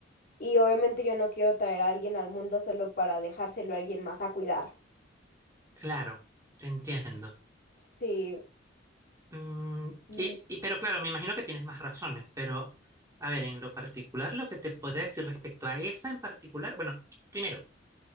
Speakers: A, on the left; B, on the right.
A: Y obviamente yo no quiero traer a alguien al mundo solo para dejárselo a alguien más a cuidar.
B: claro. Te entiendo.
A: Sí,
B: Mm,
A: y
B: y, y- pero claro, me imagino que tienes más razones, pero a ver, en lo particular, lo que te podría decir respecto a esa en particular, bueno, primero,